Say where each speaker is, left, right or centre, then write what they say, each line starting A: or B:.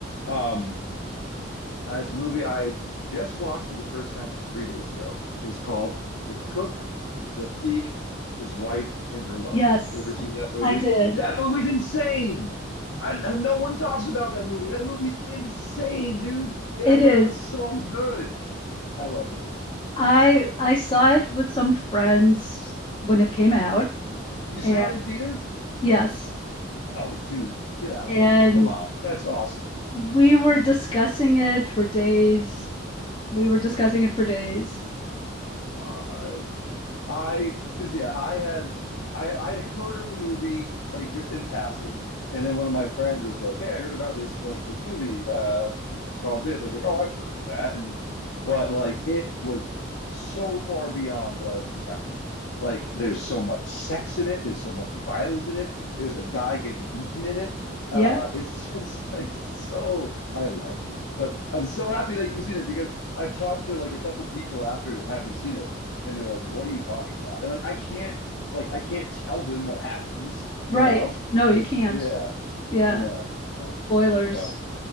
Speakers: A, on the left; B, on the left.
A: Um, as a movie I just watched for the first time like three days ago is called The Cook, the Thief, His Wife, and Her Lover.
B: Yes,
A: Have you ever seen that movie?
B: I did.
A: That movie's insane. I, no one talks about that movie. That movie's insane, dude. Yeah,
B: It
A: I thought
B: is.
A: it was so good. I loved it.
B: I I saw it with some friends when it came out.
A: You
B: And
A: saw it in theaters?
B: yes.
A: Oh, dude, get out
B: And
A: of here. Come on. That's awesome.
B: we were discussing it for days. We were discussing it for days.
A: Uh, I because yeah, I had I I'd heard of the movie like just in passing, and then one of my friends was like, "Hey, I heard about this like this movie. Uh, it's called this." I was like, "Oh, I've heard of that," and but like it was so far beyond what I was expecting. Like, there's so much sex in it. There's so much violence in it. There's a guy getting eaten in it. Uh,
B: Yeah.
A: it's just <laughs> like so. I loved it, but I'm so happy that you've seen it because I've talked to like a couple people after having seen it, and they're like, "What are you talking about?" And like, I can't like I can't tell them what happens, you
B: Right.
A: know,
B: No,
A: because
B: you can't.
A: yeah,
B: Yeah.
A: yeah, yeah.
B: Boilers.
A: So